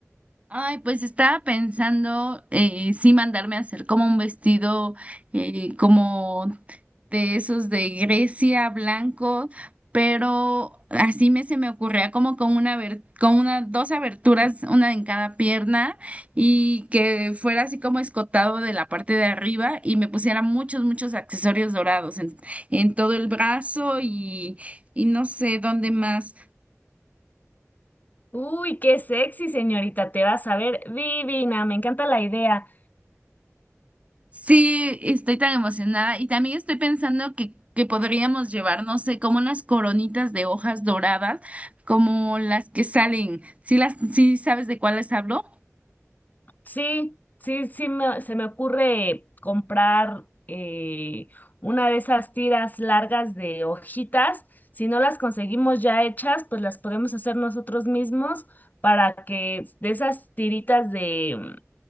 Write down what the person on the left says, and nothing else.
Uy, qué sexy, señorita, te vas a ver divina, me encanta la idea.
Sí, sí, sí, me- se me ocurre comprar eh, una de esas tiras largas de hojitas. Si no las conseguimos ya hechas, pues las podemos hacer nosotros mismos para que de esas tiritas de